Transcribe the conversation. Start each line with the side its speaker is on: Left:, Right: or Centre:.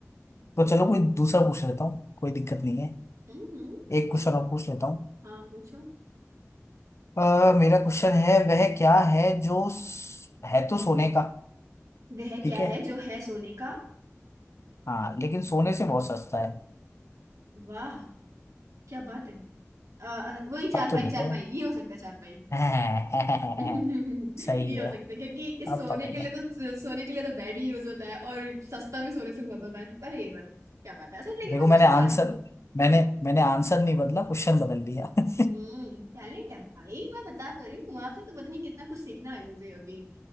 Left: तो चलो
Right: हम्म
Left: कोई दूसरा पूछ लेता हूँ कोई दिक्कत नहीं है
Right: हम्म हम्म,
Left: एक क्वेश्चन
Right: चुप
Left: और पूछ लेता हूँ
Right: हाँ पूछो
Left: अ, मेरा क्वेश्चन है वह क्या है जो स- है तो सोने का
Right: वह
Left: ठीक
Right: क्या
Left: है
Right: है जो है सोने का
Left: हाँ लेकिन सोने से बहुत सस्ता है
Right: वाह क्या बात है अ, अ, वही चार
Left: अब
Right: पाई
Left: तो दे
Right: चार
Left: दो
Right: पाई ये हो सकता है चार
Left: <laughs>
Right: <laughs> ये
Left: सही है
Right: हो सकता है क्योंकि इस
Left: अब
Right: सोने
Left: पता
Right: के
Left: ही
Right: लिए
Left: है
Right: तो सोने के लिए तो बेड ही यूज होता है और सस्ता भी सोने से बहुत होता है पर ये बात क्या पता है सर लेकिन
Left: देखो
Right: मैं
Left: मैंने
Right: सबसे
Left: आंसर
Right: आसान
Left: मैंने मैंने आंसर नहीं बदला क्वेश्चन बदल दिया <laughs>
Right: हम्म टैलेंट है भाई मैं बता तो रही हूँ आपसे तो पता नहीं कितना कुछ सीखना है मुझे अभी